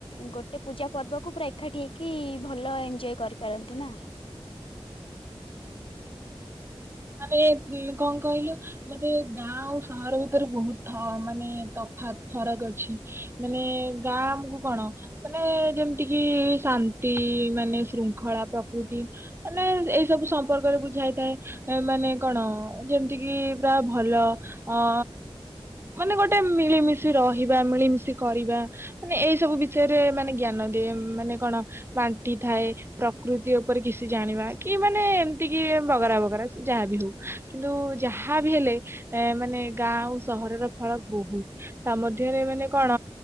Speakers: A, on the left; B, on the right.
A: ଗୋଟେ ପୂଜା ପର୍ବକୁ ପୁରା ଏକାଠି ହେଇକି ଭଲ ଏଞ୍ଜୟ କରିପାରନ୍ତି ନା।
B: ମାନେ କଣ କହିଲୁ? ମାନେ ଗାଁ ଆଉ ସହର ଭିତରେ ବହୁତ ଥ ମାନେ ତଫା ଫରକ ଅଛି। ମାନେ ଗାଁ ଆମକୁ କଣ ମାନେ ଯେମିତି କିି ଶାନ୍ତି ମାନେ ଶୃଙ୍ଖଳା ପ୍ରକୃତି ମାନେ ଏଇ ସବୁ ସମ୍ପର୍କରେ ବୁଝାଇଥାଏ। ମାନେ କଣ ଯେମିତି କିି ପୁରା ଭଲ ଅ ମାନେ ଗୋଟେ ମିଳିମିଶି ରହିବା ମିଳିମିଶି କରିବା। ମାନେ ଏଇ ସବୁ ବିଷୟରେ ମାନେ ଜ୍ଞାନ ଦିଏ ମାନେ କଣ? ବାଣ୍ଟି ଥାଏ ପ୍ରକୃତି ଉପରେ କିଛି ଜାଣିବା କି ମାନେ ଏମିତି କି ବଗରା ବଗରା ଯାହା ବି ହଉ କିନ୍ତୁ ଯାହା ବି ହେଲେ ଏ ମାନେ ଗାଁ ଆଉ ସହରର ଫଳ ବହୁତ ତା ମଧ୍ୟରେ ମାନେ କଣ